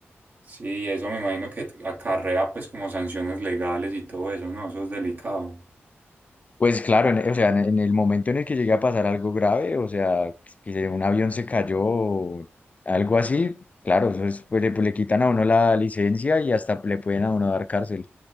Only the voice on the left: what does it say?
Pues claro, en- o sea, en, en el momento en el que llegue a pasar algo grave, o sea, que se- un avión se cayó o algo así, claro, eso es, pues, le, pues, le quitan a uno la licencia y hasta le pueden a uno dar cárcel.